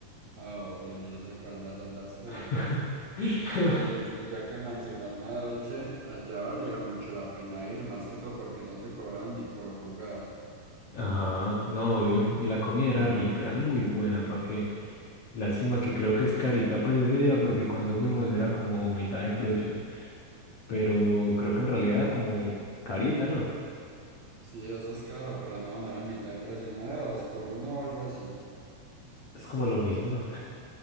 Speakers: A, on the right; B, on the left.
A: Ah, Obvio, yo sé cuál va a ser la excusa,
B: <laughs>
A: pero... Ey, sí, ya que mencionas Madolche, allá valía mucho la pena ir, más que todo porque no te cobran ni por jugar.
B: Ajá, no, obvio. Y la comida era rica, era muy buena, ¿para qué? Lástima que creo que es carita, pues ese día, porque cuando fuimos era como mitad de precio, pero creo que en realidad era como carita, ¿no?
A: Sí, eso es caro, pero no, no era mitad de precio, no era dos por uno o algo así.
B: Es como lo mismo, ¿no?